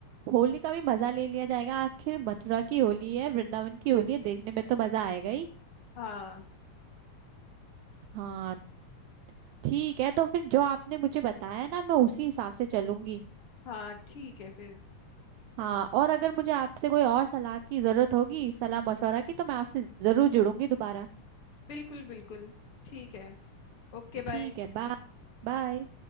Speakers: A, on the right; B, on the left.
A: होली का भी मजा ले लिया जाएगा आखिर मथुरा की होली है वृंदावन की होली है देखने में तो मजा आएगा ही
B: हाँ
A: हाँ ठीक है तो फिर जो आपने मुझे बताया ना मैं उसी हिसाब से चलूंगी
B: हाँ ठीक है फिर
A: हाँ और अगर मुझे आपसे कोई और सलाह की जरूरत होगी सलाह मशवरा की तो मैं आपसे जरूर जुड़ूंगी दोबारा
B: बिल्कुल बिल्कुल ठीक है Okay
A: ठीक
B: bye
A: है बाय बाय